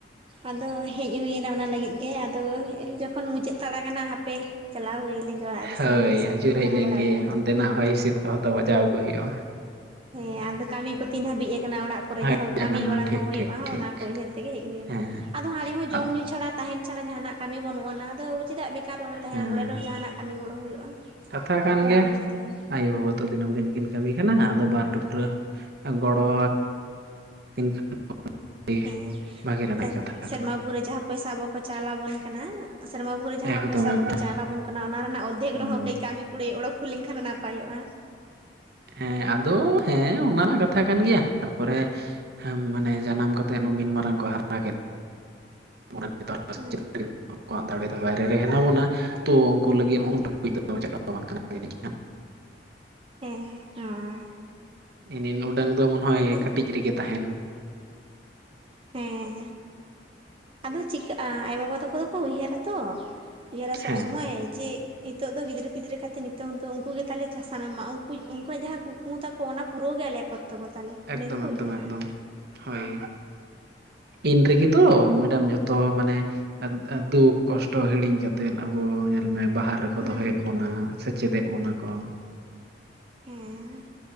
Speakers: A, on the right; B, on the right.
A: ᱟᱫᱚ ᱦᱮᱡ ᱦᱩᱭᱱᱟ ᱚᱱᱟ ᱞᱟᱹᱜᱤᱫ ᱜᱮ ᱟᱫᱚ ᱦᱮᱡᱞᱤᱝ ᱡᱚᱠᱷᱚᱱ ᱢᱩᱪᱟᱹᱫ ᱯᱟᱲᱟ ᱠᱟᱱᱟ ᱦᱟᱯᱮ ᱪᱟᱞᱟᱣ ᱦᱩᱭ ᱞᱮᱱᱜᱮ ᱚᱲᱟᱜ ᱫᱤᱥᱚᱢ
B: ᱦᱳᱭ
A: ᱟᱹᱛᱩ ᱫᱤᱥᱚᱢ
B: ᱟᱹᱪᱩᱨ
A: ᱠᱚ
B: ᱦᱮᱡ
A: ᱫᱟᱬᱟ
B: ᱞᱮᱱᱜᱮ
A: ᱵᱟᱲᱟ ᱟᱹᱜᱩᱭ
B: ᱚᱱᱛᱮᱱᱟᱜ ᱦᱚᱭ ᱦᱤᱸᱥᱤᱫ ᱠᱚᱦᱚᱸ ᱛᱚ ᱵᱟᱡᱟᱣ ᱟᱹᱜᱩᱭ ᱦᱩᱭᱩᱜᱼᱟ᱾
A: ᱦᱮᱸ ᱟᱫᱚ ᱠᱟᱹᱢᱤ ᱠᱚ ᱛᱤᱱ ᱦᱟᱹᱵᱤᱡ ᱟᱠᱟᱱᱟ ᱚᱲᱟᱜ ᱠᱚᱨᱮ
B: ᱦᱮᱡ
A: ᱡᱟᱦᱚᱠ
B: ᱟᱠᱟᱱᱟ
A: ᱠᱟᱹᱢᱤ ᱵᱟᱲᱟ
B: ᱴᱷᱤᱠ
A: ᱦᱚᱸ ᱦᱩᱭᱩᱜᱼᱟ
B: ᱴᱷᱤᱠ
A: ᱦᱚᱸ
B: ᱴᱷᱤᱠ
A: ᱚᱱᱟ ᱠᱚ ᱩᱭᱦᱟᱹᱨ ᱛᱮᱜᱮ ᱦᱮᱡ ᱦᱩᱭᱱᱟ
B: ᱦᱮᱸ
A: ᱟᱫᱚ ᱦᱟᱸᱰᱮ ᱦᱚᱸ
B: ᱟᱫ
A: ᱡᱚᱢ ᱧᱩ ᱪᱷᱟᱲᱟ ᱛᱟᱦᱮᱱ ᱪᱷᱟᱲᱟ ᱡᱟᱦᱟᱱᱟᱜ ᱠᱟᱹᱢᱤ ᱵᱟᱹᱱᱩᱜ ᱟᱱᱟ ᱟᱫᱚ ᱪᱮᱫᱟᱜ ᱵᱮᱪ ᱮᱠᱟᱨ ᱚᱰᱮ ᱛᱮᱦᱮᱱᱟ
B: ᱦᱮᱸ
A: ᱱᱚᱸᱰᱮ ᱫᱚ ᱡᱟᱦᱟᱱᱟᱜ ᱠᱟᱹᱢᱤ ᱦᱳᱲᱳ ᱦᱩᱭᱩᱜᱼᱟ
B: ᱠᱟᱛᱷᱟ ᱠᱟᱱ
A: ᱚᱱᱟ
B: ᱜᱮᱭᱟ
A: ᱩᱭᱦᱟᱹᱨ ᱛᱮᱜᱮ
B: ᱟᱭᱳ ᱵᱟᱵᱟ ᱛᱚ ᱫᱤᱱᱟᱹᱢ ᱫᱤᱱ ᱠᱤᱱ ᱠᱟᱹᱢᱤ ᱠᱟᱱᱟ ᱟᱫᱚ ᱵᱟᱨ ᱴᱩᱠᱨᱟ ᱜᱚᱲᱚ ᱣᱟᱠ <unintelligible>
A: ᱦᱮᱸ
B: ᱵᱷᱟᱹᱜᱮ ᱨᱮᱱᱟᱜ ᱠᱟᱛᱷᱟ
A: ᱥᱮᱨᱢᱟ
B: ᱠᱟᱱᱟ᱾
A: ᱵᱷᱳᱨ ᱨᱮ ᱡᱟᱦᱟᱸ ᱯᱚᱭᱥᱟ ᱵᱟᱠᱚ ᱪᱟᱞᱟᱵᱚᱱ ᱠᱟᱱᱟ ᱥᱮᱨᱢᱟ ᱯᱩᱨᱤ ᱡᱟᱦᱟᱸ
B: ᱮᱠᱫᱚᱢ
A: ᱯᱚᱭᱥᱟ ᱵᱟᱠᱚ
B: ᱮᱠᱫᱚᱢ
A: ᱪᱟᱞᱟᱣᱵᱚᱱ ᱠᱟᱱᱟ ᱚᱱᱟ ᱨᱮᱱᱟᱜ ᱚᱫᱽᱫᱷᱮᱠ
B: ᱦᱩᱸ
A: ᱨᱮᱦᱚᱸ ᱠᱟᱹᱡ ᱠᱟᱹᱢᱤ ᱠᱩᱲᱟᱭ ᱚᱰᱳᱚᱠ ᱠᱚ ᱞᱤᱧ ᱠᱷᱟᱱ ᱱᱟᱯᱟᱭᱚᱜᱼᱟ᱾
B: ᱦᱮᱸ ᱟᱫᱚ ᱦᱮᱸ ᱚᱱᱟ ᱱᱟᱜᱟᱛ ᱠᱟᱛᱷᱟ ᱠᱟᱱ ᱜᱮᱭᱟ ᱛᱟᱨᱯᱚᱨᱮ ᱢᱟᱱᱮ ᱡᱟᱱᱟᱢ ᱠᱟᱛᱮᱜ ᱱᱩᱢᱤᱱ ᱢᱟᱨᱟᱝ ᱠᱚ ᱦᱟᱨᱟ ᱠᱮᱫ <inaudible> <unintelligible>
A: ᱦᱮᱸ
B: ᱫᱟᱲᱮ ᱫᱚ ᱵᱟᱭᱨᱮ ᱨᱮ ᱦᱮᱱᱟᱜ ᱵᱚᱱᱟ ᱛᱚ ᱩᱱᱠᱩ ᱞᱟᱹᱜᱤᱫ ᱦᱚᱸ <unintelligible>
A: ᱦᱮᱸ ᱦᱚᱸ᱾
B: ᱮᱱᱤ ᱩᱰᱟᱹᱝ ᱫᱚ ᱢᱚᱱᱮ ᱦᱚᱭ
A: ᱟᱫᱚ
B: ᱠᱟᱹᱴᱤᱡ ᱨᱮᱜᱮ ᱛᱟᱦᱮᱱ
A: ᱦᱮᱸ ᱟᱫᱚ ᱪᱤᱠᱟᱹᱜᱼᱟ ᱟᱭᱳᱵᱟᱵᱟ ᱛᱟᱠᱚ ᱫᱚᱠᱚ ᱩᱭᱦᱟᱹᱨᱟ ᱛᱚ ᱩᱭᱦᱟᱹᱨᱟ ᱥᱚᱵ
B: ᱦᱮᱸ
A: ᱥᱚᱢᱚᱭ ᱪᱮ ᱱᱤᱛᱚᱜ ᱫᱚ ᱜᱤᱫᱽᱨᱟᱹ ᱯᱤᱫᱽᱨᱟᱹ ᱠᱟᱛᱮᱜ ᱱᱤᱛᱚᱜ ᱫᱚ ᱩᱱᱠᱩ ᱜᱮᱛᱟᱞᱮ ᱪᱟᱥᱟ ᱱᱟᱢᱟ ᱩᱱᱠᱩ ᱩᱱᱠᱩᱣᱟᱜ ᱡᱟᱦᱟᱸ ᱠᱩᱠᱢᱩ ᱛᱟᱠᱚ ᱚᱱᱟ ᱯᱩᱨᱟᱹᱣ ᱜᱮ ᱟᱞᱮᱭᱟᱜ ᱠᱚᱛ ᱛᱚᱵᱚ ᱛᱟᱞᱮ
B: ᱮᱠᱫᱚᱢ
A: ᱤᱱᱟᱹ ᱜᱮᱠᱚ
B: ᱮᱠᱫᱚᱢ
A: ᱩᱭᱦᱟᱹᱨᱟ᱾
B: ᱮᱠᱫᱚᱢ ᱦᱳᱭ ᱤᱱ ᱨᱮᱜᱮ ᱛᱚ ᱢᱮᱰᱟᱢ ᱡᱷᱚᱛᱚ ᱢᱟᱱᱮ ᱫᱟᱛᱛᱟ ᱫᱛᱩ ᱠᱚᱥᱴᱚ ᱦᱤᱲᱤᱧ ᱠᱟᱛᱮᱱ ᱟᱵᱚ ᱧᱮᱞᱢᱮ ᱵᱟᱦᱟᱨ ᱨᱮᱠᱚ
A: ᱦᱮᱸ
B: ᱫᱚᱦᱚᱭᱮᱜ ᱵᱚᱱᱟ ᱥᱮ ᱪᱮᱫᱮᱫ ᱵᱚᱱᱟ ᱠᱚ
A: ᱦᱮᱸ